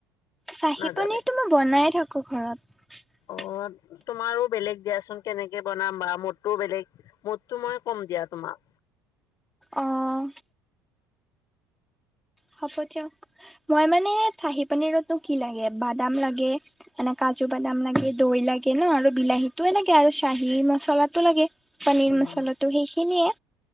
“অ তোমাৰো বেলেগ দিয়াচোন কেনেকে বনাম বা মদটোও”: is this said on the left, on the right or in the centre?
Left